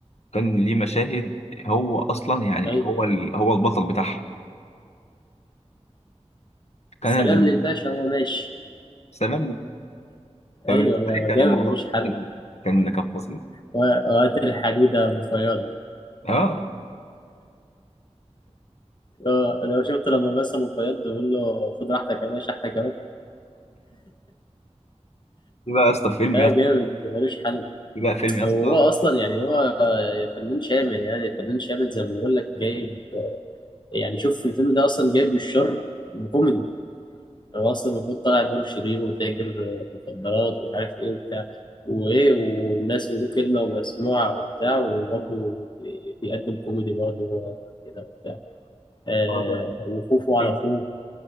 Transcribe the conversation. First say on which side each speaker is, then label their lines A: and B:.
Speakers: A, on the left (about 70°); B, on the left (about 40°).
A: كان ليه مشاهد هو اصلا يعني
B: أيوه
A: هو ال... هو البطل بتاعها كان
B: سلام
A: بن...
B: للباشا هو ماشي
A: سلام فبالنسبة
B: أيوه
A: لي كان
B: جامد
A: الموضوع
B: ملوش حل
A: كان كان كان فظيع
B: و- وقت الحديدة مفيضة
A: اه
B: اه انا شفت لما مثلا فياض بيقول له خد راحتك يا باشا احنا كمان
A: في بقى يا اسطى فيلم
B: اه
A: يا اسطى
B: جامد ملوش حل
A: في بقى فيلم يا
B: هو
A: اسطى
B: اصلا يعني هو فنان شامل يعني فنان شامل زي ما بقول لك جايب يعني شوف في الفيلم ده اصلا جايب الشر كوميدي هو اصلا المفروض طالع دور شرير وتاجر مخدرات ومش عارف ايه وبتاع وايه والناس بيقولوا كلمه ومسموعه وبتاع وبرضه بي- بيقدم كوميدي برضه هو كده وبتاع آه
A: هو بقى-
B: وخوفه
A: في
B: على اخوه